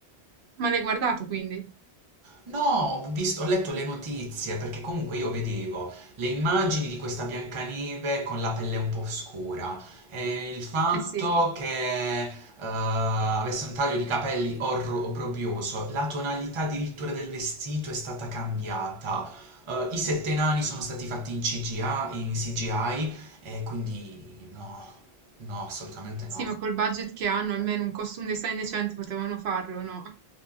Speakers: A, on the right (about 75°); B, on the right (about 35°).
A: Ma l'hai guardato quindi?
B: No, ho visto, ho letto le notizie perché comunque io vedevo le immagini di questa Biancaneve con la pelle un po' scura e il fatto
A: Eh sì.
B: che eh, avesse un taglio di capelli orro- obbrobrioso, la tonalità addirittura del vestito è stata cambiata, eh, i sette nani sono stati fatti in CGI, in CGI e quindi no, no, assolutamente
A: Sì,
B: no.
A: ma col budget che hanno, almeno un costume design decente potevano farlo, no?